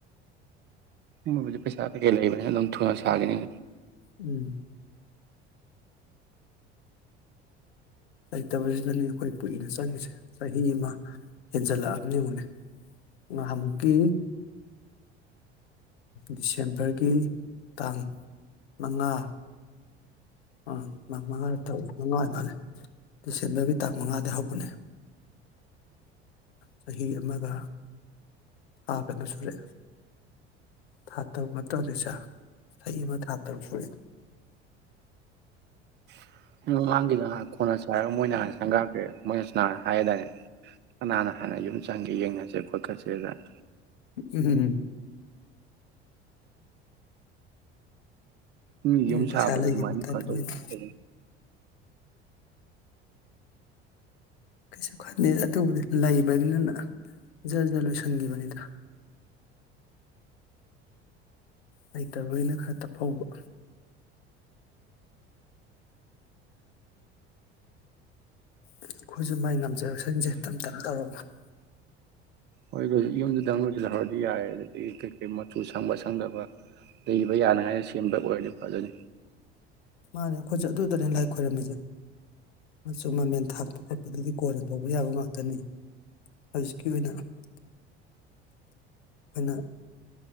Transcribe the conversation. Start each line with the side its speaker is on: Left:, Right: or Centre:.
Right: ꯃꯣꯏꯕꯨꯗꯤ ꯄꯩꯁꯥ ꯀꯩ ꯀꯩ ꯂꯩꯕꯅꯤ ꯑꯗꯨꯝ ꯊꯨꯅ ꯁꯥꯥꯒꯤꯅꯤꯅꯦ <inaudible>
Left: ꯎꯝ ꯂꯩꯇꯕꯁꯤꯗꯅꯦ ꯑꯩꯈꯣꯏ ꯄꯨꯏꯅ ꯆꯪꯉꯤꯁꯦ ꯆꯍꯤ ꯑꯃ ꯍꯦꯟꯖꯁꯂꯛꯑꯕꯅꯤ ꯌꯦꯡꯉꯨꯅꯦ ꯅꯍꯥꯟꯃꯨꯛꯀꯤ ꯗꯤꯁꯦꯝꯕꯔꯒꯤ ꯇꯥꯡ ꯃꯉꯥ ꯑꯥ ꯃꯉꯥꯔꯛ ꯇꯧ ꯃꯉꯥ ꯑꯣꯏꯃꯥꯜꯂꯦ ꯗꯤꯁꯦꯝꯕꯔꯒꯤ ꯇꯥꯡ ꯃꯉꯥꯗ ꯍꯧꯕꯅꯦ ꯆꯍꯤ ꯑꯃꯒ ꯊꯥ ꯀꯩꯅꯣ ꯁꯨꯔꯦ ꯊꯥ ꯇꯔꯨꯛ ꯅꯠꯇ꯭ꯔ ꯍꯧꯖꯤꯛꯁꯦ ꯆꯍꯤ ꯑꯃ ꯊꯥ ꯇꯔꯨꯛ ꯁꯨꯔꯦ꯫
Right: <unintelligible> <unintelligible> <unintelligible> ꯃꯣꯏꯅ ꯍꯥꯟꯅ ꯁꯪꯒꯥꯒ꯭ꯔꯦ ꯃꯣꯏ ꯅꯍꯥꯟ ꯍꯥꯏꯌꯦꯗꯥꯏꯅꯦ ꯀꯅꯅ ꯍꯥꯟꯅ ꯌꯨꯝ ꯌꯦꯡꯒꯦ ꯌꯦꯡꯉꯁꯦ <unintelligible>
Left: ꯎ ꯎꯝ ꯎꯝ
Right: ꯎ
Left: ꯃꯣꯏ
Right: ꯌꯨꯝ
Left: ꯄꯩꯁꯥ
Right: ꯁꯥꯕꯗ
Left: ꯂꯩꯈꯤꯕ
Right: ꯑꯗꯨꯃꯥꯏ
Left: ꯇꯥꯏꯞꯇ
Right: ꯈꯇꯧ
Left: ꯃꯣꯏꯅ
Right: ꯀꯩꯅꯣ
Left: ꯀꯩꯁꯨ ꯈꯪꯗꯦꯗ ꯑꯗꯨꯕꯨꯗꯤ ꯂꯩꯕꯒꯤꯅ ꯖꯔ ꯖꯔ ꯂꯣꯏꯁꯤꯟꯈꯤꯕꯅꯤꯗ ꯂꯩꯇꯕꯩꯅ ꯈꯔ ꯇꯞꯐꯧꯕ ꯑꯩꯈꯣꯏꯁꯨ ꯃꯥꯏ ꯉꯝ ꯖꯔꯁꯟꯁꯦ ꯇꯞ ꯇꯞ ꯇꯧꯔꯒ <inaudible>
Right: ꯍꯣꯏ ꯌꯨꯝꯗꯨꯗꯪ ꯂꯣꯏꯁꯤꯜꯍꯧꯔꯗꯤ ꯌꯥꯔꯦ ꯑꯗꯨꯗꯒꯤ ꯀꯩ ꯀꯩ ꯃꯆꯨ ꯁꯪꯕ ꯁꯪꯗꯕ ꯂꯩꯕ ꯌꯥꯅꯤꯡꯉꯥꯏ ꯁꯦꯝꯕ ꯑꯣꯏꯔꯗꯤ ꯐꯖꯅꯤ
Left: ꯃꯥꯅꯤ ꯑꯩꯈꯣꯏꯁꯨ ꯑꯗꯨꯗꯅꯦ ꯂꯥꯏ ꯈꯣꯏꯔꯝꯃꯤꯁꯦ ꯃꯆꯨ ꯃꯃꯦꯟ ꯊꯥꯛꯄ ꯈꯣꯠꯄꯗꯗꯤ ꯀꯣꯟꯅ ꯇꯧꯕ ꯌꯥꯕ ꯉꯥꯛꯇꯅꯤ ꯍꯧꯖꯤꯛꯀꯤ ꯑꯣꯏꯅ ꯑꯩꯈꯣꯏꯅ